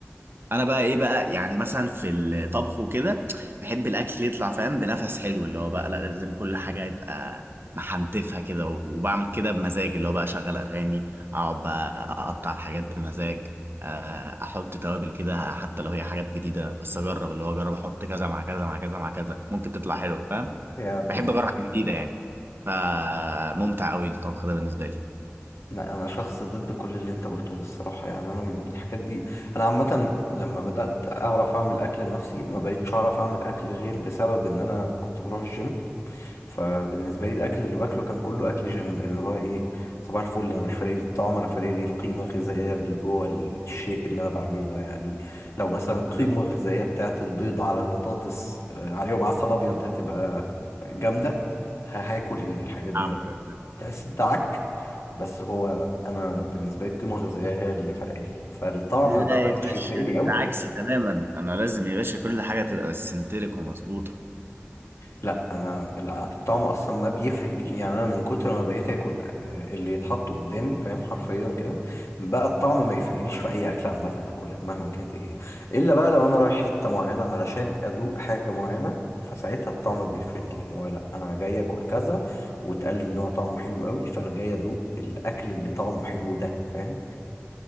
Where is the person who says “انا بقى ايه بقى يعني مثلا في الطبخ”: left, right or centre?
Right